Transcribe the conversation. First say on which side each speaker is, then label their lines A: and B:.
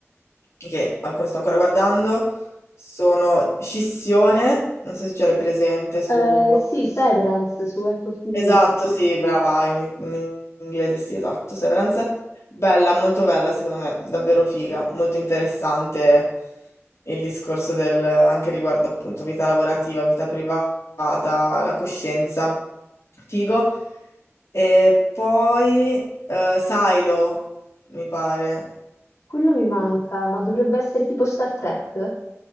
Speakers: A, on the left; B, on the left.
A: che alcune sto ancora guardando, sono Scissione, non so se ce l'hai presente su...
B: Eh, sì, Severance su Apple TV,
A: Esatto,
B: sì sì,
A: sì, brava, in, in inglese sì, esatto, Severance. Bella, molto bella, secondo me, davvero figa, molto interessante il discorso del, anche riguardo appunto vita lavorativa, vita privata, la coscienza. Figo. E poi eh, Silo, mi pare.
B: quello mi manca, ma dovrebbe essere tipo Star Trek?